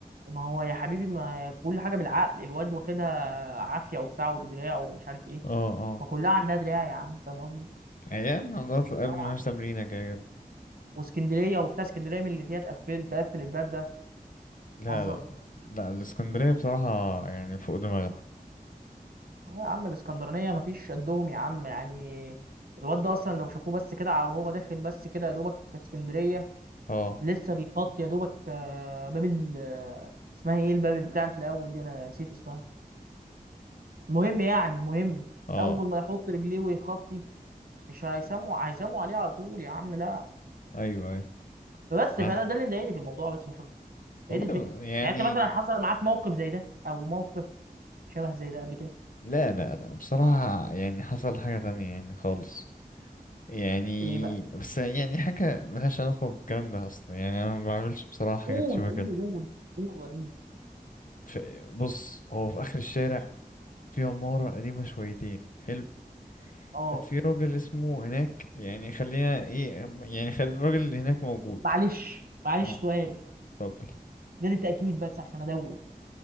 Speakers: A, on the right (about 75°); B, on the left (about 60°).
A: ما هو يا حبيبي ما كل حاجه بالعقل الواد واخدها عافيه وبتاع وبدراع ومش عارف ايه
B: اه اه
A: ما كلها عندها دراع يا عم فاهم قصدي
B: يعني عضلات القلب
A: دراع
B: ملهاش
A: يا عم.
B: تمرينة كده كده.
A: واسكندريه وبتاع اسكندريه من اللي فيها تقفل تقفل الباب ده
B: لا
A: هزر
B: لا لا الاسكندرية بصراحة يعني فوق دماغنا
A: هو يا عم الاسكندرانيه ما فيش قدهم يا عم يعني الواد ده اصلا لو شافوه بس كده وهو داخل بس كده يا دوبك في اسكندريه
B: اه
A: لسه بيغطي يا دوبك آه، باب ال آه، اسمها ايه الباب بتاع اللي في الاول دي انا نسيت اسمها المهم يعني المهم
B: اه
A: اول ما يحط رجليه ويخطي مش هيسموا هيسموا عليه على طول يا عم لا
B: ايوه ايوه
A: فبس
B: معاك
A: فانا ده اللي مضايقني في الموضوع بس مش
B: والله
A: هي دي الفكره
B: يعني
A: يعني انت مثلا حصل معاك موقف زي ده او موقف شبه زي ده قبل كده
B: لا لا لا بصراحة يعني حصل حاجة تانية يعني خالص يعني
A: ايه بقى
B: بس يعني حاجة ملهاش علاقة بالكلام ده أصلا يعني أنا ما بعملش بصراحة
A: قول
B: حاجات شبه
A: قول
B: كده
A: قول قول وريني
B: ف- بص هو في آخر الشارع في عمارة قديمة شويتين حلو
A: اه
B: كان في راجل اسمه هناك يعني خلينا ايه يعني خلي الراجل اللي هناك موجود
A: معلش معلش
B: اه
A: سؤال
B: اتفضل
A: ده دي تاكيد بس عشان ادون